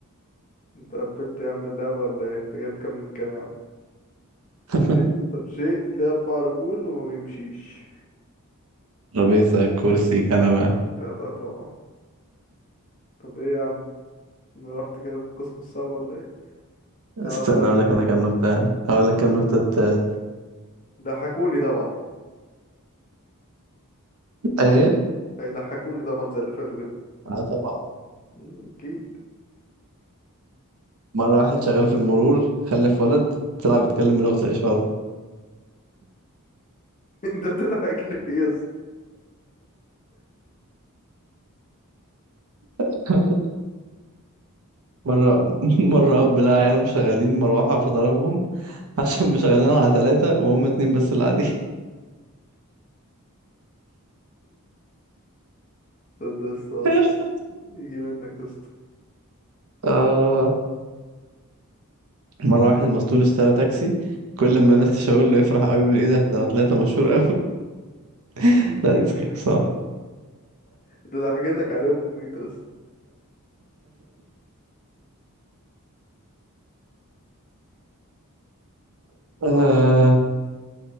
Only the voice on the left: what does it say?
انت قفلت يا عم اللعبة ولا ايه انت جايب كام من كام يا عم
شيء طب شيء ليه أربع رجول وما بيمشيش
جدع طبعا طب ايه يا عم انا رحت كده في القسم الصعب ولا ايه
هقعد اقولك
ضحكوني طبعا
هيضحكوني طبعا زي اللي فاتوا كده
مم، اكيد
<laughs> انت بتضحك ليه يا اسطى
<laughs> ده الصعب
يجي منك يا اسطى
<laughs>
انت ضحكتك عليهم مميتة يا اسطى
اه